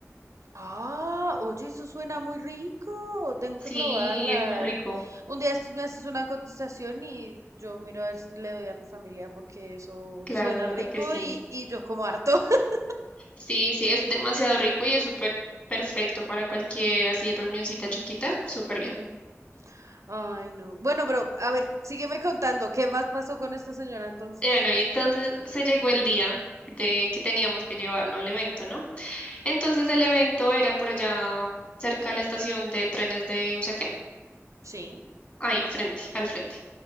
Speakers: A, on the right; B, on the left.
A: Ah, oye, eso suena muy rico. Tengo
B: Sí,
A: que probarlas.
B: es muy rico.
A: Un día estos me haces una cotización y yo miro a ver si le doy a mi familia porque eso
B: Claro
A: suena rico
B: que sí.
A: y, y yo como harto. <laughs>
B: Sí, sí, es demasiado rico y es súper perfecto para cualquier así reunioncita chiquita, súper
A: Ujú.
B: bien.
A: Ay, no. Bueno, pero a ver, sígueme contando. ¿Qué más pasó con esta señora entonces?
B: Y bueno, y entonces se llegó el día de
A: Ujú.
B: que teníamos que llevarlo al evento, ¿no? Entonces el evento era por allá cerca de la estación de trenes de Usaquén,
A: Sí.
B: ahí, frente, al frente.